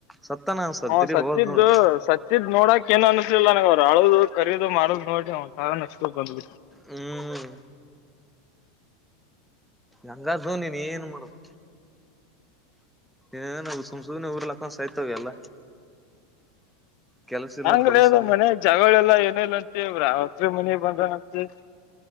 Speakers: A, in the centre; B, on the left.
A: ಸತ್ತನ ಅನ್ಸಲ್
B: ಹ
A: ತಿರಿ
B: ಸತ್ತಿದ್ದು
A: ಹೋದ್ ನೋಡು
B: ಸತ್ತಿದ್ ನೋಡಕ್ ಏನು ಅನಿಸಲಿಲ್ಲ ನನರು ರಾಳೋದು ಮಾರ ನೋಟ ಸಾರಾ ನಷ್ಟಕ ಬಂದ
A: ಹ್ಮ್ ಹಂಗಾದು ನೀನ್ ಏನ್ ಮಾಡುದು ಏ ನಾವು ಸಂಸೋದನೆ ಊರಲ್ಲಕ್ಕಸಾಯ್ತವೆ ಎಲ್ಲ ಕೆಲಸ ಇಲ್ಲ
B: ಹಂಗಲ
A: ಬಗಸ
B: ಅದು
A: ಇಲ್ಲ
B: ಮನೆ ಜಗಳೆಲ್ಲಾ ಏನ ಇಲ್ಲಂತೆ ರಾತ್ರಿ ಮನ ಬಂದನಂತೆ